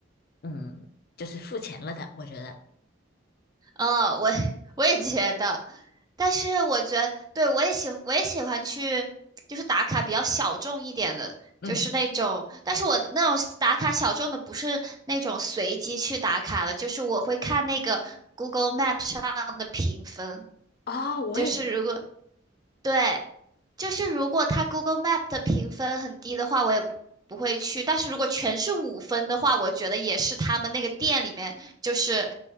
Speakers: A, on the left; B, on the right.
A: 嗯，就是付钱了的，我觉得，
B: 嗯，我 <laughs> 我也觉得，但是我觉得，对，我也喜我也喜欢去，就是打卡比较小众一点的，
A: 嗯，
B: 就是那种，但是我的那种打卡小众的不是那种随机去打卡的，就是我会看那个 Google Map 上的评分，
A: 哦，我也
B: 就是如果对，就是如果它 Google Map 的评分很低的话，我也不不会去。但是如果全是五分的话，我觉得也是他们那个店里面，就是